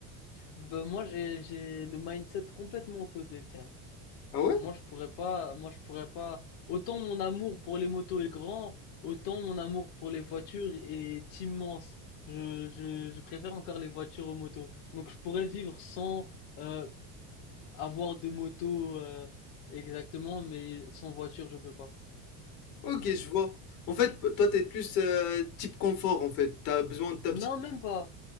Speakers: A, on the left; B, on the left.
A: Ben moi j'ai j'ai le mindset complètement opposé, tiens.
B: Ah ouais?
A: Moi je pourrais pas, moi je pourrais pas. Autant mon amour pour les motos est grand, autant mon amour pour les voitures est immense. Je je je préfère encore les voitures aux motos. Donc je pourrais vivre sans euh, avoir de moto euh, exactement, mais sans voiture je peux pas.
B: Ok, je vois. En fait, toi, t'es plus euh, type confort, en fait. T'as besoin de ta
A: Non,
B: petite...
A: même pas.